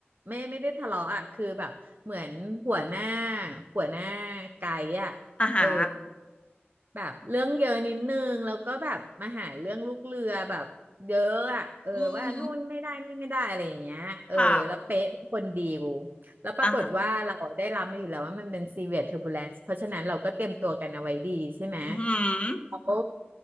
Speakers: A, on the right; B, on the left.
A: ไม่ไม่ได้ทะเลาะอ่ะคือแบบเหมือนหัวหน้าหัวหน้าไกด์อ่ะเออ
B: อาหา
A: แบบเรื่องเยอะนิดนึงแล้วก็แบบมาหาเรื่องลูกเรือแบบเยอะอ่ะเออว่านู่นไม่ได้นี่ไม่ได้อะไรอย่างเงี้ยเออแล้วเป๊ะเป็นคนดีกู
B: อืมค่ะ
A: แล้วปรากฏว่าเราได้รับมาอยู่แล้วว่ามันเป็น
B: อาหา
A: severe turbulence เพราะฉะนั้นเราก็เตรียมตัวกันเอาไว้ดีใช่ไหม
B: อือหือ
A: แล้ว